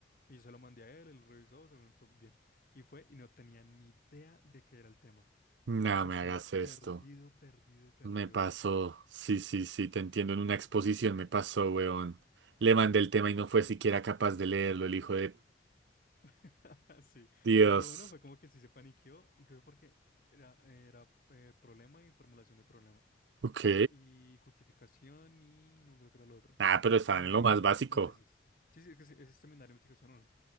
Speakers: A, on the left (about 50°); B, on the right (about 80°).
A: Y yo se lo mandé a él, él lo revisó, se lo notó bien. Y fue y no tenía ni idea de qué era el tema.
B: No
A: O sea,
B: me
A: estaba
B: hagas esto.
A: perdido, perdido, perdido
B: Me pasó,
A: mal.
B: sí, sí, sí, te entiendo. En una exposición me pasó, weón. Le mandé el tema y no fue siquiera capaz de leerlo, el hijo de
A: <laughs> Sí,
B: Dios.
A: ahí lo bueno fue como que sí se paniqueó, incluso porque era, era eh, problema y formulación de problema.
B: Ok.
A: Y justificación y no creo que era lo otro.
B: Ah, pero estaban
A: Ah, y
B: en lo más básico.
A: hipótesis. Sí, sí, que sí, es seminario de investigación uno.